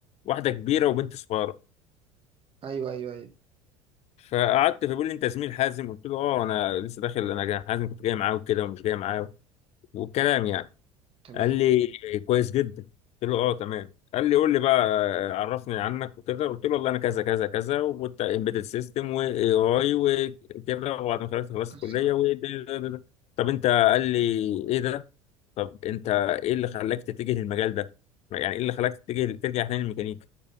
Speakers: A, on the left (about 40°); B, on the right (about 30°).
A: واحده كبيره وبنت صغيره
B: ايوه ايوه ايوه
A: فقعدت فبيقول لي انت زميل حازم قلت له اه انا لسه داخل انا جا- حازم كنت جاي معاه وكده ومش جاي معاه والكلام يعني
B: تمام
A: قال لي كويس جدا قلت له اه تمام قال لي قول لي بقى آه، عرفني عنك وكده قلت له والله انا كذا كذا كذا وكنت امبيدد سيستم واي اي وكده وبعد ما خلصت خلصت
B: قصة
A: كليه و ده- ده- ده- ده. طب انت قال لي ايه ده طب انت ايه اللي خلاك تتجه للمجال ده يعني ايه اللي خلاك تتجه ترجع تاني للميكانيكا